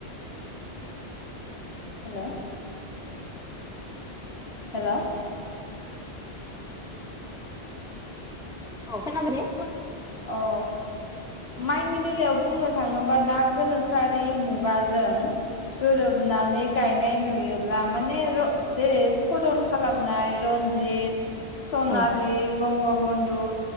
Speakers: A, on the left; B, in the centre.
A: हेलौ हेल'
B: औ सामग्रि
A: औ माइनि बेलायाव बुंनो थाङोबा दा गोनोखोआरि मुगाजों गोरोबनानै गायनाय नुयोब्ला माने जेरै हदन खालामनाय र जेरै सनालि,
B: औ
A: बंगबनदु,